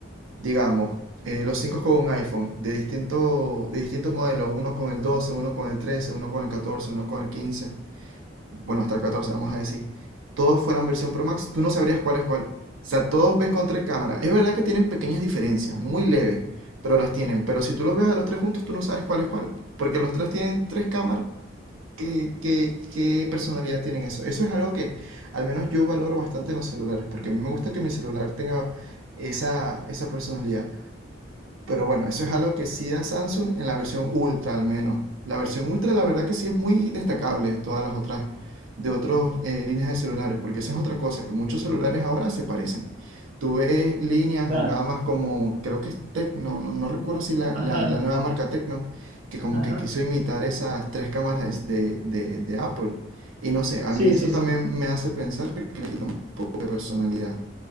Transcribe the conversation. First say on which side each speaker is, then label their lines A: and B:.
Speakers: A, on the right; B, on the right.
A: digamos, eh, los cinco con un iPhone de distinto, de distinto modelo, uno con el 12, uno con el 13, uno con el 14, uno con el quince bueno, hasta el 14 vamos a decir, todos fueran versión Pro Max, tú no sabrías cuál es cuál. O sea, todos ves con tres cámaras. Es verdad que tienen pequeñas diferencias, muy leves, pero las tienen. Pero si tú los ves a los tres juntos, tú no sabes cuál es cuál, porque los tres tienen tres cámaras. ¿Qué, qué- qué personalidad tienen eso? Eso es algo que al menos yo valoro bastante en los celulares, porque a mí me gusta que mi celular tenga esa, esa personalidad. Pero bueno, eso es algo que sí da Samsung en la versión Ultra al menos. La versión Ultra la verdad que sí es muy destacable de todas las otras, de otras líneas de celulares, porque esa es otra cosa, que muchos celulares ahora se parecen. Tú ves líneas
B: Claro,
A: o gamas como, creo que es Tecno, no, no recuerdo si la,
B: ajá,
A: la- la nueva marca Tecno, que como
B: ajá.
A: que quiso imitar esas tres cámaras de, de- de Apple. Y no sé, a
B: Sí,
A: mí eso
B: sí, sí.
A: también me hace pensar que le quita un poco de personalidad.